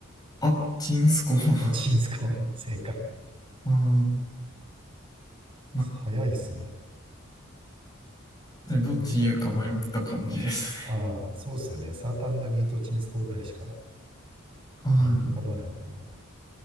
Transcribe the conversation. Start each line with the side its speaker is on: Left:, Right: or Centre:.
Left: あ、チンスコ。あ
Right: あ、チンスコ、<laughs> 正解。
Left: あ。な
Right: 早いっすね。
Left: でどっち言うか迷った感じです
Right: これも簡単な。ああ、そうっすよね。サーターアンダギーとチンスコーぐらいしか
Left: ね。は
Right: 思い浮かばないもんな。